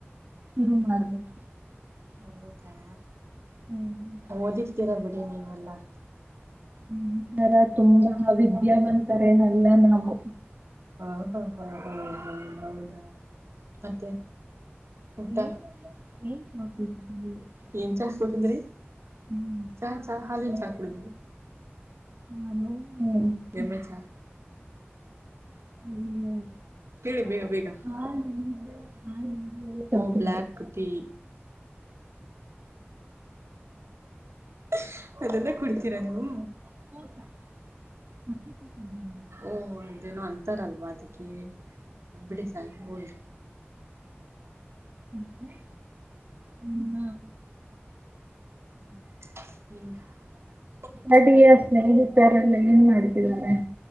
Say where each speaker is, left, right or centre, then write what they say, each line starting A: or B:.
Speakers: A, on the right; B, on the right.
A: ಶು ಮಾಡ್ಬು <inaudible>
B: ಹೌದಾ
A: ಹ್ಮ್
B: ಓದಿರ್ತೀರಾ ಬಿಡಿ ನೀವೆಲ್ಲಾ
A: ಒಂ <unintelligible> ತರ ತುಂಬಾ ವಿದ್ಯಾವಂತರೇನಲ್ಲ ನಾವು
B: ಹ ಹ ಹ ಹ ಹ <inaudible> ಹೌದಾ ಮತ್ತೆ ಊಟ
A: <unintelligible> ನ್
B: ಏನ್ ಚಾ ಕೊಟ್ಟಿದ್ರಿ
A: ಹ್ಮ್
B: ಚಾ ಚಾ <unintelligible> ಹಾಲಿನ ಚಾಕಡಿ
A: ಹ ಹ್ಮ್ <inaudible>
B: ಎಮಿ <inaudible>
A: ಹ್ಮ್,
B: ಹೇಳಿ ಬೇಗ ಬೇಗ
A: ಹಾಲಿಂದ
B: <inaudible>
A: ಹಾಲಿಂದ ಸಾಕಿದ್ದೆ
B: ಓ ಬ್ಲಯಾಕ್ ತ <unintelligible> <unintelligible> ಅದೆಲ್ಲ ಕುಡತೀರಾ ನೀವು
A: <inaudible> ಹದ
B: ಓಹ ಅದೇನೋ ಅಂತಾರಲ್ವಾ ಅದಕ್ಕೆ ಬಿಡ ಸಾಯ ಹೋರಿ
A: <unintelligible> <inaudible> ಮತ್ತೆ ಹ್ಮ
B: ಹ್ಮ ಹ್ಮ್
A: ಅಡುಗೆ ಸ್ನೇಹಿತರೆಲ್ಲ ಏನ್ ಮಾಡ್ತಿದ್ದಾರೆ.